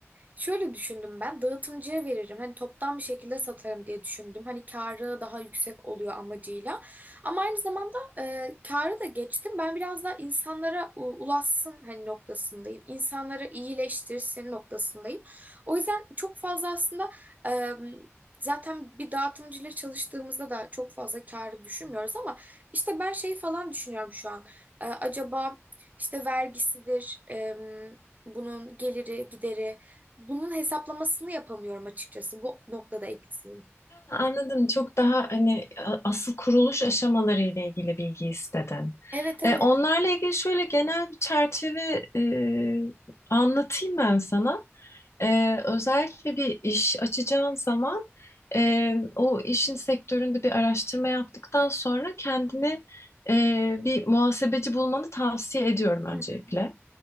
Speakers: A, on the right; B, on the left.
A: Şöyle düşündüm ben dağıtımcıya veririm. Hani toptan bir şekilde satarım diye düşündüm. Hani karı daha yüksek oluyor amacıyla. Ama aynı zamanda e, karı da geçtim. Ben biraz daha insanlara u- ulaşsın hani noktasındayım. İnsanları iyileştirsin noktasındayım. O yüzden çok fazla aslında e, zaten bir dağıtımcıyla çalıştığımızda da çok fazla karı düşünmüyoruz ama işte ben şey falan düşünüyorum şu an. E, acaba işte vergisidir, e, bunun geliri, gideri bunun hesaplamasını yapamıyorum açıkçası. Bu noktada eksiğim.
B: Anladım. Çok daha hani a- asıl kuruluş aşamaları ile ilgili bilgi istedin.
A: Evet evet.
B: E, onlarla ilgili şöyle genel bir çerçeve e, anlatayım ben sana. E, özellikle bir iş açacağın zaman e, o işin sektöründe bir araştırma yaptıktan sonra kendine e, bir muhasebeci bulmanı tavsiye ediyorum öncelikle.
A: Hı hı.